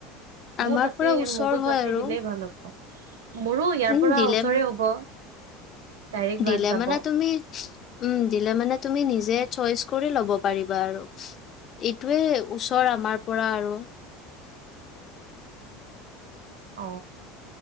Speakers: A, on the right; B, on the left.
A: মোৰ
B: আমাৰ
A: তাতে
B: পৰা ওচৰ
A: মগোত
B: হয়
A: যাতে
B: আৰু।
A: দিলেই ভাল হ'ব মোৰো ইয়াৰ
B: উম,
A: পৰা
B: দিলে
A: ওচৰে হব। ডাইৰেক্ট
B: দিলে
A: বাছ যাব।
B: মানে তুমি উম দিলে মানে তুমি নিজে। চইচ কৰি ল'ব পাৰিবা আৰু। এইটোৱে ওচৰ আমাৰ পৰা আৰু।
A: অ।